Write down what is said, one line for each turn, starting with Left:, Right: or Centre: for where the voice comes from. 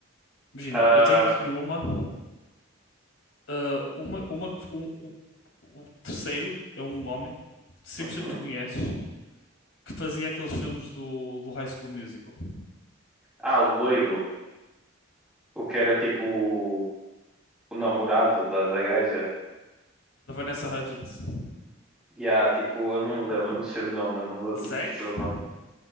Left: Imagina,
Centre: Ah,
Left: eu tenho aqui uma, ah, uma, uma, que- um- o, o terceiro é um homem que cem
Centre: uhum.
Left: por cento tu conheces, que fazia aqueles filmes do, do High School Musical,
Centre: Ah, o loiro. O que era tipo o, o namorado da, da gaja.
Left: da Vanessa Hudgens.
Centre: E há tipo, eu não me lembro, eu não sei o nome, mano, não vou,
Left: Zac?
Centre: não vou saber o nome.